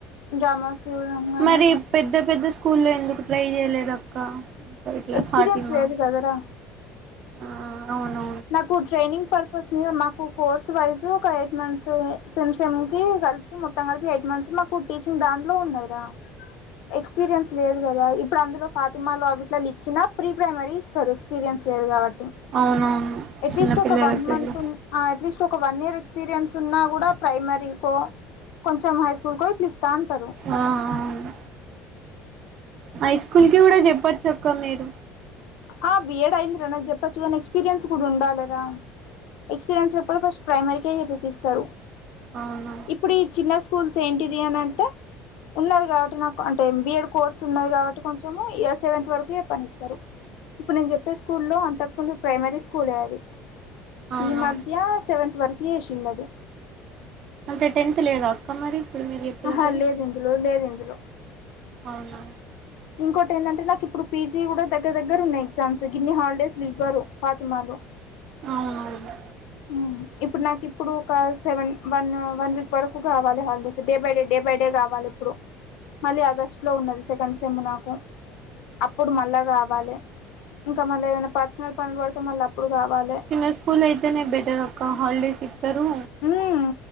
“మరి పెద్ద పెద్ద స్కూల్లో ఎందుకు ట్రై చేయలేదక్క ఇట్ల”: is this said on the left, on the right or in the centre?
Right